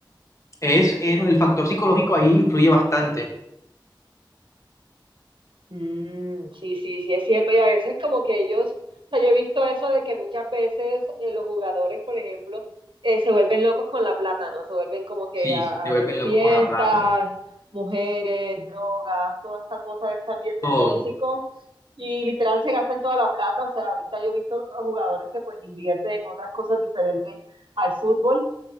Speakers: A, on the left (about 40°); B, on the right (about 80°).
A: Es, es el factor psicológico ahí influye bastante.
B: Mm, sí, sí, sí, es cierto. Y a veces como que ellos, o sea, yo he visto eso de que muchas veces eh, los jugadores, por ejemplo, eh, se vuelven locos con la plata, ¿no? Se vuelven como que
A: Sí,
B: a, a
A: se vuelven locos
B: fiestas,
A: con la plata.
B: mujeres, drogas, toda esta cosa de este ambiente
A: Todo,
B: tóxico. Y literal se gastan toda la plata. O sea, ahorita yo he visto a jugadores que pues invierten en otras cosas diferentes al fútbol